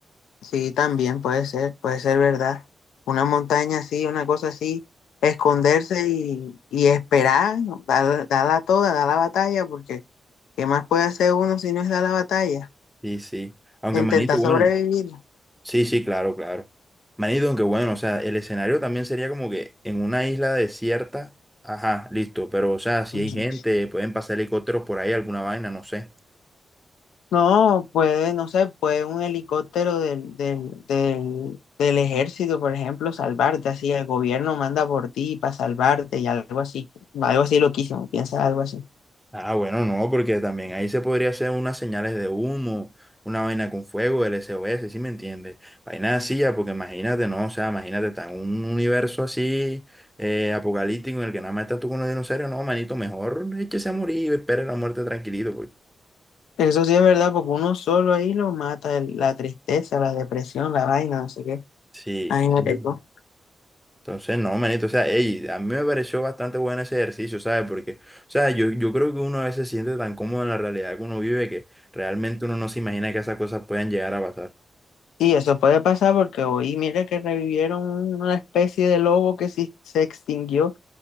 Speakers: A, on the left; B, in the centre.
A: Sí, también puede ser, puede ser verdad. Una montaña así, una cosa así, esconderse y, y esperar, dar, darla toda, dar la batalla, porque ¿qué más puede hacer uno si no es dar la batalla?
B: Sí, sí. Aunque
A: Intentar
B: Manito, bueno,
A: sobrevivir.
B: sí, sí, claro, claro. Manito, aunque bueno, o sea, el escenario también sería como que en una isla desierta, ajá, listo, pero o sea, si
A: Ujú.
B: hay gente, pueden pasar helicópteros por ahí, alguna vaina, no sé.
A: No, puede, no sé, puede un helicóptero del, del, del, del ejército, por ejemplo, salvarte, así el gobierno manda por ti para salvarte y algo así, algo así loquísimo, piensa algo así.
B: Ah, bueno, no, porque también ahí se podría hacer unas señales de humo, una vaina con fuego, el S O S ¿sí me entiendes? Vaina así, ya, porque imagínate, no, o sea, imagínate, está en un universo así, eh, apocalíptico, en el que nada más estás tú con los dinosaurios, no, manito, mejor échese a morir y espere la muerte tranquilito,
A: Eso sí es verdad, porque uno solo ahí lo mata, el- la tristeza, la depresión, la vaina, no sé qué.
B: Sí.
A: Ay, me
B: Mm.
A: pegó.
B: Entonces, no, manito, o sea, ey, a mí me pareció bastante bueno ese ejercicio, ¿sabes? Porque, o sea, yo, yo creo que uno a veces se siente tan cómodo en la realidad que uno vive que realmente uno no se imagina que esas cosas puedan llegar a pasar.
A: Y eso puede pasar porque hoy, mira que revivieron una especie de lobo que sí se extinguió